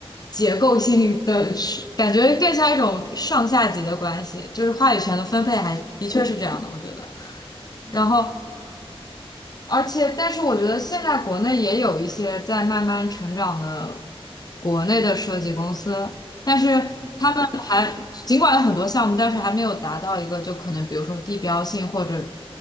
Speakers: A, on the left (about 40°); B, on the right (about 55°).
A: 结构性的，是感觉更像一种上下级的关系，就是话语权的分配还的确是这样的，我觉得。
B: 嗯嗯
A: 然后。而且，但是我觉得现在国内也有一些在慢慢成长的国内的设计公司，但是
B: 嗯哼
A: 他们还尽管有很多项目，但是还没有达到一个就可能比如说地标性或者